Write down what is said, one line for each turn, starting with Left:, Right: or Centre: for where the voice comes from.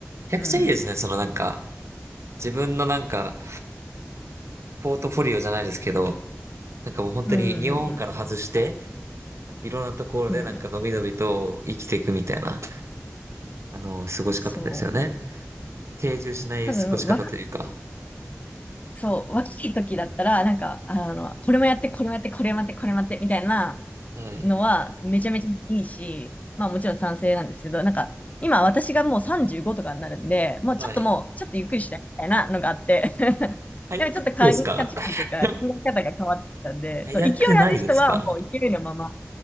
Right: ちゃくちゃいいですね。
Left: うん。
Right: そのなんか、自分のなんか、ポートフォリオじゃないですけど、なんかもう本当に日本から外して、
Left: うんうんうん
Right: いろんなところでなんかのびのびと生きていくみたいな、
Left: うん。うん。
Right: あの、過ごし方ですよね。
Left: そう。
Right: 定住しない過ごし方というか。
Left: 多分若、そう、若い時だったら、なんか、あの、これもやって、これもやって、これもやって、これもやって、みたいな
Right: はい。
Left: のは、めちゃめちゃいいし、まあもちろん賛成なんですけど、なんか、今私がもう35とかになるんで、もうちょっともう、
Right: はい。
Left: ちょっとゆっくりしたいみたいなのがあって、<laughs>
Right: 早くないですか
Left: でもちょっと価値観というか、
Right: <laughs>
Left: 考え方が変わってきたんで、
Right: 早くないですか
Left: そう、勢いある人はもう勢いのまま